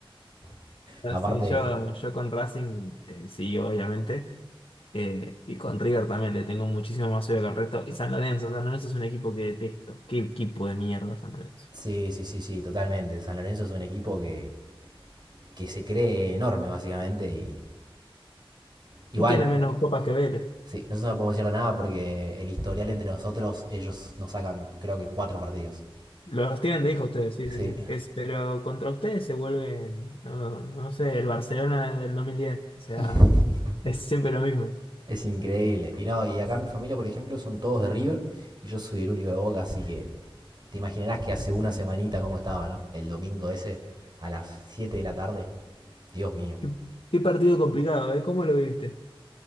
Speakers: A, on the left; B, on the right.
A: Así,
B: <laughs> Aparte,
A: yo, yo con Racing, eh, sí, obviamente. Eh, y con River también le tengo muchísimo más odio que el resto. Y San Lorenzo, San Lorenzo es un equipo que detesto. Qué equipo de mierda San Lorenzo.
B: sí, sí, sí, sí, totalmente. San Lorenzo es un equipo que que se cree enorme, básicamente. Y igual,
A: Y tiene menos copas que Vélez.
B: sí, nosotros no podemos decirle nada porque el historial entre nosotros, ellos nos sacan, creo que cuatro partidos.
A: Los tienen de hijo ustedes, sí, sí,
B: Sí.
A: sí. Es, pero contra ustedes se vuelven, no, no sé, el Barcelona del dos mil diez O sea,
B: <laughs>
A: es siempre lo mismo.
B: es increíble. Y no, y acá mi familia, por ejemplo, son todos de River y yo soy el único de Boca, así que te imaginarás que hace una semanita cómo estaba, ¿no? El domingo ese, a las 7 de la tarde. Dios mío.
A: Qué, qué partido complicado, ¿eh? ¿Cómo lo viviste?